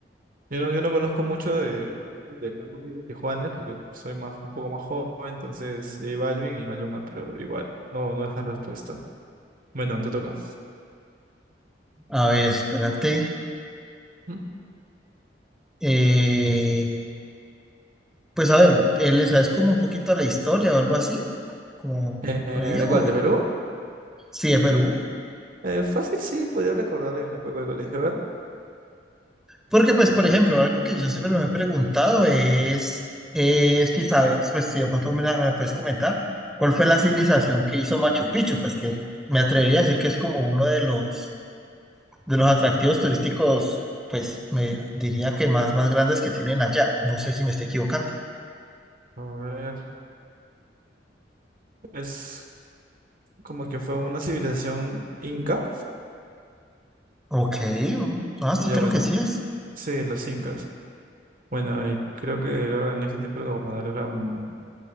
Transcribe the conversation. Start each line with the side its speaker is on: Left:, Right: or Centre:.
Right: Yo no, yo no conozco mucho de, al menos de Carlos Vives y Juanes, porque soy más, un poco más joven, entonces J Balvin y Maluma, pero igual, no, no es la respuesta. Bueno, te toca.
Centre: A ver, espérate.
Right: ¿Mm?
Centre: Eh, pues a ver, eh, ¿le sabes como un poquito a la historia o algo así? ¿Como
Right: Eh, eh,
Centre: por ello?
Right: ¿de cuál? ¿De Perú?
Centre: Sí, de Perú.
Right: Eh, fácil, sí, podía recordar en la época del colegio. A ver,
Centre: Porque, pues, por ejemplo, algo que yo siempre me he preguntado es, es si sabes, pues, si de pronto me la, me la puedes comentar, ¿cuál fue la civilización que hizo Machu Picchu? Pues que me atrevería a decir que es como uno de los, de los atractivos turísticos, pues, me diría que más, más grandes que tienen allá. No sé si me estoy equivocando.
Right: a ver, es como que fue una civilización inca.
Centre: Ok, vamos- ah, sí,
Right: Ya
Centre: creo
Right: bueno,
Centre: que sí es.
Right: sí, los incas. Bueno, y creo que era, en ese tiempo el gobernador era mm,